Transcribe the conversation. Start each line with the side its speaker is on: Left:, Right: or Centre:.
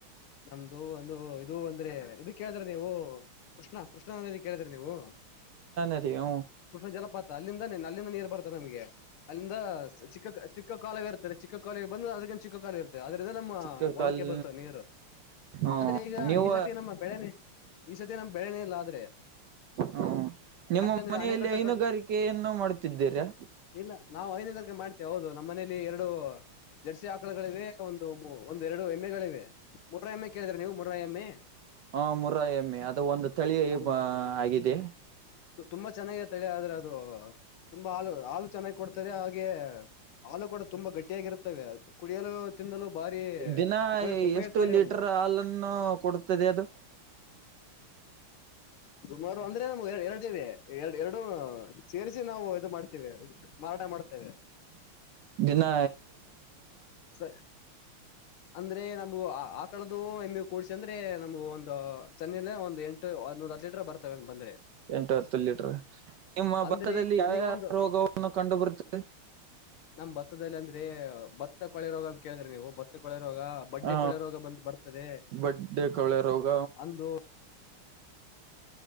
Left: ನಮ್ದು ಒಂದು ಇದು ಅಂದ್ರೆ ಇದಕ್ಕೆದ್ರೆ ನೀವು ಕೃಷ್ಣ ಕೃಷ್ಣ ಅನ್ನೋದ. ಕ್ಕೆ ಕೇಳಿದ್ರಿ ನೀವು.
Right: ಅದ ಹ.
Left: ಕೃಷ್ಣ ಜಲಪಾತ ಅಲ್ಲಿಂದ ಅಲ್ಲಿಂದ ನೀರ್ ಬರ್ತೆ ನಮಗೆ ಅಲ್ಲಿಂದ ಚಿಕ್ಕ ಚಿಕ್ಕ ಕಾಲ ಇರ್ತದೆ. ಚಿಕ್ಕ ಕಾಲಿಗೆ ಬಂದ್ರ ಅದಕ್ಕಂತ ಚಿಕ್ಕ ಕಾಲಿ ಇರ್ತ್ತೆ ಅದ್ರಿಂದ ನಮ್ಮ
Right: ಚಿಕ್ಕ ಕಾಲ್
Left: ಹೊಲಕೆ ಬರ್ತವೆ ನೀರು.
Right: ಹ್ಮ
Left: ಆದ್ರೆ ಈಗ
Right: ನೀವು
Left: ಈ ಸತಿ ನಮ್ಮ ಬೆಳೆನೆ ಈ ಸತಿ ನಮ್ಮ ಬೆಳೆನೇ ಇಲ್ಲ ಆದ್ರೆ.
Right: ಹ್ಮ ನಿಮ್ಮ
Left: ಯಾಕಂದ್ರೆ
Right: ಮನೆಯಲ್ಲಿ
Left: ಅಣೆಕಟ್ಟ
Right: ಹೈನುಗಾರಿಕೆಯನ್ನು
Left: ಕಟ್
Right: ಮಾಡ್ತಿದ್ದೀರಾ.
Left: ಇಲ್ಲ ನಾವು ಐನೈದರೆಗೆ ಮಾಡ್ತೇವೆ ಹೌದು ನಮ್ಮ ಮನೇಲಿ ಎರಡು. ಜರ್ಸಿ ಆಕಳಗಳಿವೆ ಒಂದು ಒಂದ ಎರಡು ಎಮ್ಮೆಗಳಿವೆ. ಮೂರೈ ಎಮ್ಮೆ ಕೇಳಿದ್ರ ನೀವು ಮೂರೈ ಎಮ್ಮೆ.
Right: ಹಾ ಮುರ ಎಮ್ಮೆ ಅದು ಒಂದು ತಳಿ
Left: ಅವು
Right: ಆಗಿದೆ.
Left: ತುಂಬಾ ಚೆನ್ನಾಗತಳೆ ಆದ್ರೆ ಅದು ತುಂಬಾ ಹಾಲು ಹಾಲು ಚೆನ್ನಾಗ ಕೊಡ್ತದೆ ಹಾಗೆ. ಹಾಲು ಕೂಡ ತುಂಬಾ ಗಟ್ಟಿಯಾಗಿರುತ್ತವೆ ಕುಡಿಯಲು. ತಿನ್ನಲು ಭಾರಿ
Right: ದಿನ
Left: ಉಪಯೋಗ ಉಪಯೋಗಕಾರಿ
Right: ಎಷ್ಟು ಲೀಟರ್
Left: ಅವು
Right: ಹಾಲನ್ನು ಕೊಡ್ತದೆ ಅದು. <unintelligible>
Left: ಸುಮಾರು ಅಂದ್ರೆ ನಮ ಎರಡು ಇದೆ ಎರಡು ಎರಡು ಸೇರಿಸಿ ನಾವು ಇದು ಮಾಡ್ತವಿ. ಟ ಮಾಡ್ತೇವೆ.
Right: ಜನ್ನ.
Left: ಸ ಅಂದ್ರೆ ನಮು. ಆ ಕಳ್ದು ಎಮ್ಮಿ ಕೂಡ್ಸ ಅಂದ್ರೆ ನಮ್ಗ ಒಂದು ಸನ್ನಲೆ ಒಂದ ಎಂಟು ಹದೊ್ ಹತ್ತು ಲೀಟರ್ ಬರ್ತವೆ ಬಂದ್ರೆ.
Right: ಎಂಟು ಹತ್ತು ಲೀಟರ್ ನಿಮ್ಮ
Left: ಅಂದ್ರೆ
Right: ಭತ್ತದಲ್ಲಿ ಯಾವ
Left: ಈಗ ಒಂದು
Right: ರೋಗವನ್ನು ಕಂಡು ಬರುತ್ತದೆ.
Left: ನಮ್ ಭತ್ತದಲ್ಲಿ ಅಂದ್ರೆ ಭತ್ತ ಕೊಳೆ ರೋಗ ಅಂತ ಕೇಳಿದ್ರಿ ನೀವು ಭತ್ತ ಕೊಳೆ. ರೋಗ ಬಡ್ಡೆ
Right: ಆ
Left: ಕೊೊಳ್ಳೆ ರೋಗ ಬಂದು ಬರ್ತದೆ
Right: ಬಡ್ಡೆ ಕೊಳೆ ರೋಗ
Left: ಅಂದು.